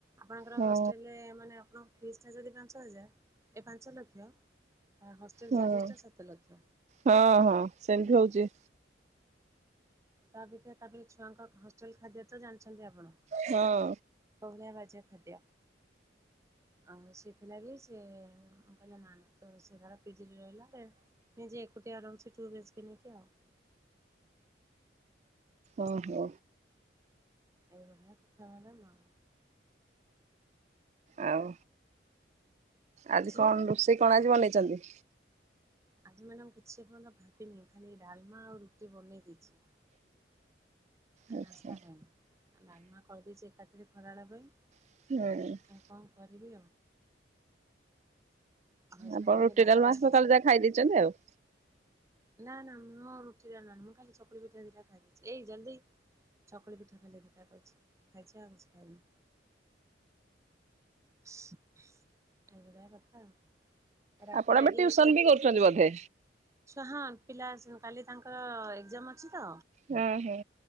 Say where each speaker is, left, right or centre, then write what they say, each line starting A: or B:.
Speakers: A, on the right (about 15°); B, on the right (about 40°).
A: ଆପଣଙ୍କର
B: ହଁ
A: ହଷ୍ଟେଲରେ ମାନେ ଆପଣଙ୍କ ଫିସ ଟା ଯଦି ପାଞ୍ଚ ହଜାର ଏ ପାଞ୍ଚ ଲକ୍ଷ ଆ ହଷ୍ଟେଲ
B: ହଁ
A: ଚାର୍ଜେସ ଟା ସାତଲକ୍ଷ।
B: ହଁ ହଁ ସେମତି ହଉଚି।
A: ତା ଅପେକ୍ଷା ତାପରେ ଛୁଆଙ୍କ ହଷ୍ଟେଲ ଖାଦ୍ୟ ତ ଜାଣିଛନ୍ତି ଆପଣ।
B: ହଁ।
A: କୌଭଳିଆ ବାଯ୍ୟ ଖାଦ୍ୟ ଆଉ ସେଥିଲାଗି ସେ କହିଲା ନା ନା ତ ସେତାରା ପିଜିଡ଼ି ରହିଲା ଦେନ ନିଜେ ଏକୁଟିଆ ରୋହୁଚି ଠୁବିସ୍କ ନେଇକି ଆଉ।
B: ଓହୋ।
A: ଏଇ ଭଳିଆ କଥା ମାନେ ମ
B: ଆଉ ଆଜି
A: ଝିଅ
B: କଣ ରୋଷେଇ କଣ ଆଜି ନେଇଚନ୍ତି?
A: ଆଜି ମ୍ୟାଡ଼ାମ କିଛି ଏପର୍ଯ୍ୟନ୍ତ ଭାବିନି ଖାଲି ଡାଲମା ଆଉ ରୁଟି ବନେଇ ଦେଇଚି। ଆ
B: ଆଚ୍ଛା
A: ନାସ୍ତା ପାଇଁ ଆ ଡ଼ାଲମା କରଦେଇଚି ଏକାଥରେ ଖରାବେଳେ ପାଇଁ।
B: <unintelligible>
A: ଙ୍କ କରିବି ଆଉ ହଜବେଣ୍ଡ
B: ଆପଣ ରୁଟି
A: ଆଗେ ନାସ୍ତା
B: ଡ଼ାଲମା
A: କରିସାରି
B: ସକାଳେ ଯାହା ଖାଇ ଦେଇଚନ୍ତି ଆଉ।
A: ନା ନା ମୋ ରୁଟି ଡ଼ାଲମା ମୁଁ ଖାଲି ସପୁରୀ ପିଠା ଦିଟା ଖାଇଦେଇଚି ଏ ଜଲଦି ଚକୁଳି ପିଠା ଖାଲି ଦିଇଟା କରିଛି ଖାଇଛି ଆଉ କିଛି ଖାଇନି। ଏଇ ଭଳିଆ କଥା ଆଉ। ରାତି
B: ଆପଣ
A: ଲାଗି
B: ଏବେ ଟିଉସନ
A: ଖାଦ୍ୟ
B: ବି କରୁଛନ୍ତି ବୋଧେ?
A: ଛୁଆ ହଁ ପିଲା କାଲି ତାଙ୍କର ଏକ୍ଜାମ ଅଛି ତ
B: ହଁ ହଁ